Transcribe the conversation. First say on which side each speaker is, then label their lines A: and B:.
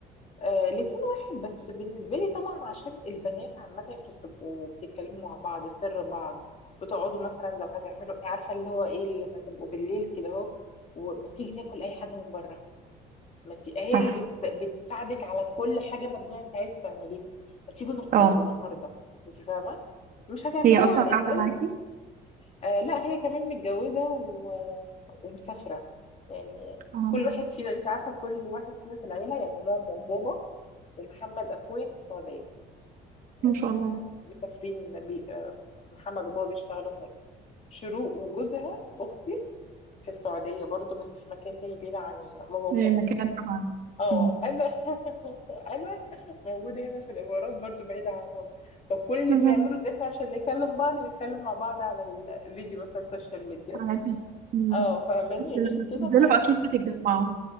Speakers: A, on the left; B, on the right.
A: آه، الاتنين واحد بس بالنسبه لي طبعا عشان البنات عامه انتوا بتبقوا بتتكلموا مع بعض سر بعض بتقعدوا مثلا لو هتعملوا عارفه اللي هو ايه لما تبقوا بالليل كده اهو وما تيجي ناكل اي حاجه من بره ما تي... هي
B: صح
A: اللي بت... بتساعدك على كل حاجه مجنونه انت عايز تعمليها ما تيجي نخرج
B: اه
A: النهارده انت فاهمه مش هتعمليها
B: هي اصلا قاعده
A: الولد
B: معاكي
A: آه لا هي كمان متجوزة و... ومسافرة يعني
B: اه
A: كل واحد فينا انت عارفة كل واحد فينا في العيلة يعني ماما وبابا ومحمد أخويا في السعودية
B: ما
A: آه
B: شاء الله
A: مسافرين بي... آه محمد وبابا بيشتغلوا هناك شروق وجوزها أختي في السعودية برضو بس في مكان تاني بعيد عن بابا وماما
B: هي مكان قاعد
A: اه
B: مم.
A: انا <laughs> انا موجوده هنا في الامارات برضو بعيده عنهم فكل اللي
B: مهم.
A: بنعمله ان احنا عشان نكلم بعض نتكلم مع بعض على الفيديو مثلا السوشيال ميديا
B: على البيت مم.
A: اه فاهماني
B: بس لما
A: غير كده
B: بتنزلوا
A: ما
B: اكيد بتتجمعوا